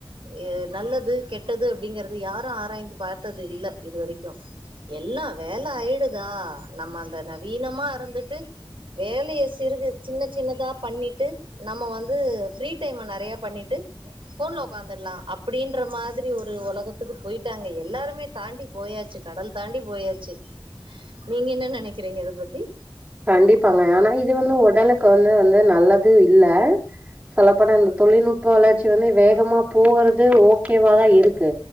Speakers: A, on the right (about 85°); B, on the right (about 15°).
A: ஏ நல்லது கெட்டது அப்படிங்கறத யாரு ஆராய்ந்து பாத்தது இல்ல இது வரைக்கு எல்லா வேல ஆயிடுதா நம்ம அந்த நவீனமா இருந்துட்டு வேலைய சிறுகு சின்ன சின்னதா பண்ணிட்டு நம்ம வந்து ஃப்ரீ டைம் நெறையா பண்ணிட்டு ஃபோன்ல உக்காந்துடலா அப்டின்ற மாதிரி ஒரு உலகத்துக்கு போயிட்டாங்க எல்லாருமே தாண்டி போயாச்சு கடல் தாண்டி போயாச்சு நீங்க என்ன நெனைக்கிறீங்க இத பத்தி
B: கண்டிப்பாங்க ஆனா இது வந்து உடலுக்கு வந்து வந்து நல்லது இல்ல சொல்ல பொனா தொழில்நுட்ப வளர்ச்சி வந்து வேகமா போகறது ஓகேவாதா இருக்கு